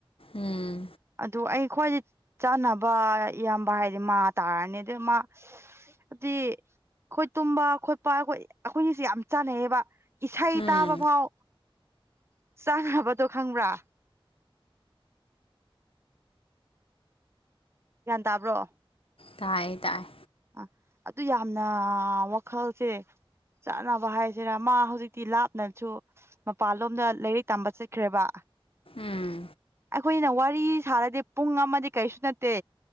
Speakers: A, on the left (about 75°); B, on the right (about 25°).
A: ꯎꯝ
B: ꯑꯗꯣ ꯑꯩ ꯈꯣꯏꯗꯤ ꯆꯥꯅꯕ ꯏꯌꯥꯝꯕ ꯍꯥꯏꯗꯤ ꯃꯥ ꯇꯥꯔꯅꯤ ꯑꯗ ꯃꯥ ꯕꯗꯤ ꯑꯩꯈꯣꯏ ꯇꯨꯝꯕ ꯈꯣꯏꯄ ꯑꯩꯈꯣꯏ ꯑꯩꯈꯣꯏꯅꯤꯁꯦ ꯌꯥꯝ ꯆꯥꯟꯅꯩꯌꯦꯕ ꯏꯁꯩ
A: ꯎꯝ
B: ꯇꯥꯕ ꯐꯥꯎ ꯆꯥꯅꯕꯗꯣ ꯈꯪꯕ꯭ꯔꯥ ꯒ꯭ꯌꯥꯟ ꯇꯥꯕ꯭ꯔꯣ
A: ꯇꯥꯏꯌꯦ ꯇꯥꯏꯌꯦ
B: ꯑ ꯑꯗꯨ ꯌꯥꯝꯅꯥ ꯋꯥꯈꯜꯁꯦ ꯆꯥꯅꯕ ꯍꯥꯏꯁꯤꯔꯥ ꯃꯥ ꯍꯧꯖꯤꯛꯇꯤ ꯂꯥꯞꯅꯁꯨ ꯃꯄꯥꯟꯂꯣꯝꯗ ꯂꯥꯏꯔꯤꯛ ꯇꯝꯕ ꯆꯠꯈ꯭ꯔꯦꯕ
A: ꯎꯝ
B: ꯑꯩꯈꯣꯏꯅ ꯋꯥꯔꯤ ꯁꯥꯔꯗꯤ ꯄꯨꯡ ꯑꯃꯗꯤ ꯀꯔꯤꯁꯨ ꯅꯠꯇꯦ